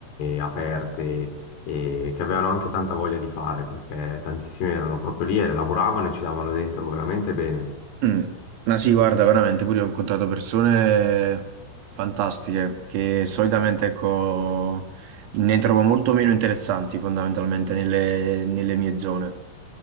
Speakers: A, on the left; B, on the right.
A: aperte e che avevano anche tanta voglia di fare perché tantissimi erano proprio lì e lavoravano e ci davano dentro veramente bene.
B: Mm. Ma sì, guarda, veramente, pure io ho incontrato persone fantastiche che solitamente, ecco, ne trovo molto meno interessanti fondamentalmente nelle, nelle mie zone.